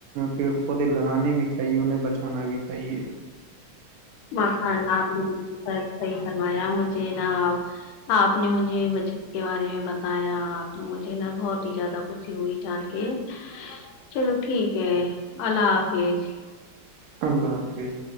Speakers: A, on the right (about 80°); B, on the left (about 80°).
A: ج <unintelligible> ے لگانے بھی چاہیے انہیں بچانا بھی صی
B: مشء اللہ آپ نے صحیح فرمایا مجھے نا آپ نے مجھے بچت کے بارے میں بتایا آپ تو مجھے نا بہت ہی زیادہ خوشی ہوئی جان کے چلو ٹھیک ہے اللہ حافظ
A: اللہ حافظ